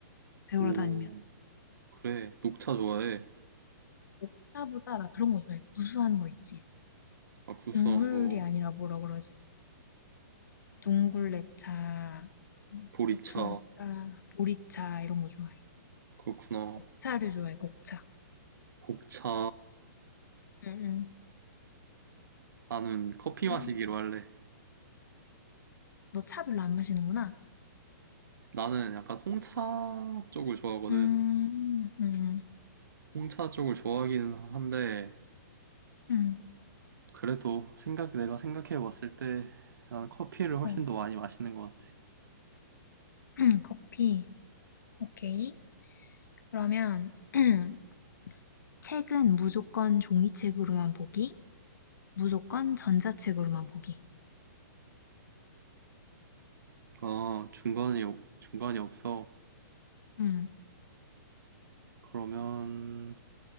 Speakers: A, on the left; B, on the right.
A: 배우러
B: 오.
A: 다니면.
B: 그래, 녹차 좋아해.
A: 옥차보다 나 그런 거 좋아해. 구수한 거 있지.
B: 아, 구수한
A: 곡물이
B: 거.
A: 아니라 뭐라 그러지? 둥굴레차,
B: 보리차.
A: 옥수수차, 보리차 이런 거 좋아해.
B: 그렇구나.
A: 곡차를 좋아해, 곡차.
B: 곡차.
A: 응응.
B: 나는 커피
A: 그래?
B: 마시기로 할래.
A: 너 차 별로 안 마시는구나.
B: 나는 약간 홍차 쪽을 좋아하거든.
A: 음, 음,
B: 홍차 쪽을 좋아하기는 한데
A: 음.
B: 그래도 생각 내가 생각해 봤을 때 나는 커피를 훨씬
A: 어.
B: 더 많이 마시는 것 같아.
A: <clears throat> 커피. 오케이. 그러면 <clears throat> 책은 무조건 종이책으로만 보기. 무조건 전자책으로만 보기.
B: 아, 중간이 없- 중간이 없어.
A: 음,
B: 그러면